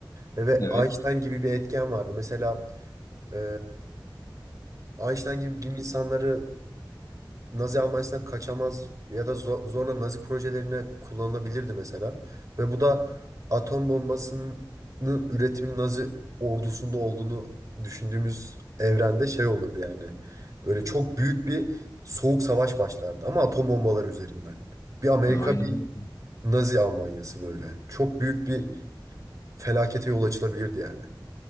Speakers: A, on the right; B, on the left.
A: E, Ve
B: Evet.
A: Einstein gibi bir etken vardı. Mesela e, Einstein gibi bilim insanları Nazi Almanya'sından kaçamaz ya da zo- zorla Nazi projelerine kullanılabilirdi mesela. Ve bu da atom bombasının üretiminin Nazi ordusunda olduğunu düşündüğümüz evrende şey olurdu yani. Böyle çok büyük bir soğuk savaş başlardı ama atom bombaları üzerinden. Bir Amerika,
B: Ya aynen.
A: bir Nazi Almanya'sı böyle. Çok büyük bir felakete yol açılabilirdi yani.